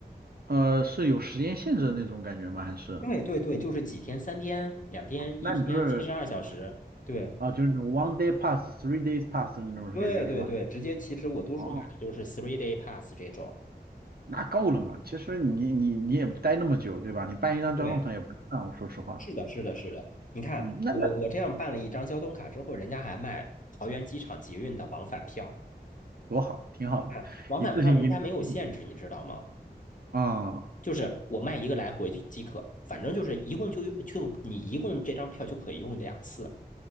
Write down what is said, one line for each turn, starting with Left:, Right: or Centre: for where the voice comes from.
Right: 呃，是有时间限制的那种感觉吗？还是
Left: 对对对，就是几天、三天、两天、
Right: 那你就是
Left: 一天、七十二小时，对，
Right: 啊，就是那种 one day pass、three days pass 的那种感觉是吧？
Left: 对对对，直接其实我多数买的就是
Right: 哦，
Left: three day pass 这种。
Right: 那够了嘛？其实你你你也不待那么久，对吧？你办一张交通卡也不值当我说实话。
Left: 对，是的，是的，是的。你看，
Right: 嗯，那那
Left: 我我这样办了一张交通卡之后，人家还卖桃园机场捷运的往返票。
Right: 多好，挺好的，
Left: 你看，往返票人家没有限制，
Right: 一次性给你搞定了
Left: 你知道吗？
Right: 啊、
Left: 就是我卖一个来回就即可，反正就是一共就用就你一共这张票就可以用两次。